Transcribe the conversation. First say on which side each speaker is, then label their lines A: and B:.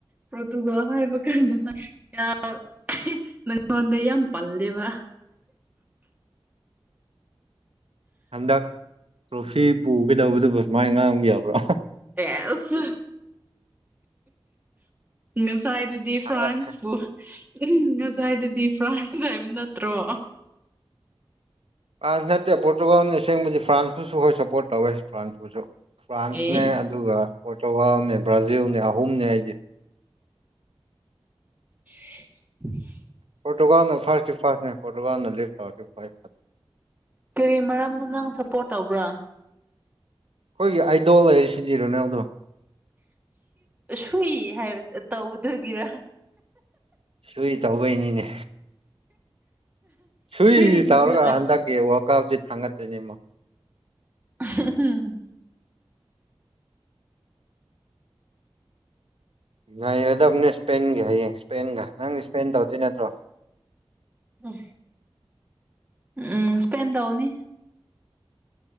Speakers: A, on the right; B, on the right.
A: ꯄ꯭ꯔꯣꯇꯨꯒꯜ ꯍꯥꯏꯕ ꯀꯥꯟꯗꯅ ꯌꯥꯝ ꯅꯪꯉꯣꯟꯗ ꯌꯥꯝ ꯄꯜꯂꯦꯕ꯫
B: ꯍꯟꯗꯛ ꯇ꯭ꯔꯣꯐꯤ ꯄꯨꯒꯗꯧꯕꯗꯨꯕꯨ ꯑꯗꯨꯃꯥꯏ ꯉꯥꯡꯕ ꯌꯥꯕ꯭ꯔꯣ꯫
A: ꯑꯦꯁ ꯉꯁꯥꯏꯗꯨꯗꯤ
B: ꯍꯪꯒꯠ
A: ꯐ꯭ꯔꯥꯟꯁꯄꯨ ꯎꯝ ꯉꯁꯥꯏꯗꯨꯗꯤ ꯐ꯭ꯔꯥꯟꯁ ꯍꯥꯏꯕ ꯅꯠꯇ꯭ꯔꯣ
B: ꯑꯥ ꯅꯠꯇꯦ ꯄꯣꯔꯇꯨꯒꯥꯜꯅꯤ ꯑꯁꯦꯡꯕꯗꯤ ꯐ꯭ꯔꯥꯟꯁꯄꯨꯁꯨ ꯑꯈꯣꯏ ꯁꯞꯄꯣꯔꯠ ꯇꯧꯋꯦ ꯐ꯭ꯔꯥꯟꯁꯄꯨꯁꯨ꯫ ꯐ꯭ꯔꯥꯟꯁꯅꯦ
A: ꯑꯦ
B: ꯑꯗꯨꯒ ꯄꯣꯔ ꯇ꯭ꯔꯨꯒꯥꯜꯅꯦ, ꯕ꯭ꯔꯥꯖꯤꯜꯅꯦ ꯑꯍꯨꯝꯅꯦ ꯑꯩꯗꯤ꯫
A: <inaudible>
B: ꯄꯣꯔꯇꯨꯒꯥꯜꯅ ꯐꯥꯔꯁꯇꯤ ꯐꯥꯔꯁꯅꯦ ꯄꯣꯔꯇꯨꯒꯥꯜꯅ ꯂꯤꯞ ꯇꯧꯔꯗꯤ ꯐꯩ꯫
A: ꯀꯔꯤ ꯃꯔꯝꯅꯣ ꯅꯪ ꯁꯞꯄꯣꯔꯠ ꯇꯧꯕ꯭ꯔꯥ꯫
B: ꯑꯩꯈꯣꯏꯒꯤ ꯑꯥꯏꯗꯣꯜ ꯂꯩꯔꯤꯁꯤꯗꯤ ꯔꯣꯅꯦꯜꯗꯣ
A: ꯁꯨꯏ ꯍꯥꯏꯕ ꯇꯧꯕꯗꯨꯒꯤꯔ
B: ꯑꯗꯨꯏ ꯇꯧꯈꯩꯅꯤꯅꯦ ꯁꯨꯏ
A: ꯁꯨꯏꯒꯤꯗ
B: ꯇꯧꯔꯒ ꯍꯟꯗꯛꯀꯤ ꯋꯥꯔꯛ ꯑꯥꯎꯁꯤ ꯊꯥꯡꯒꯠꯇꯣꯏꯅꯤꯃꯣ
A: ꯝ
B: ꯉꯔꯗꯕꯅꯦ ꯏꯁꯄꯦꯟꯒꯤ ꯍꯌꯦꯡ ꯏꯁꯄꯦꯟꯒ ꯅꯪ ꯏꯁꯄꯦꯟ ꯇꯧꯗꯣꯏ ꯅꯠꯇ꯭ꯔꯣ
A: ꯑ ꯎꯝ ꯁꯄꯦꯟꯦꯟ ꯇꯎꯅꯤ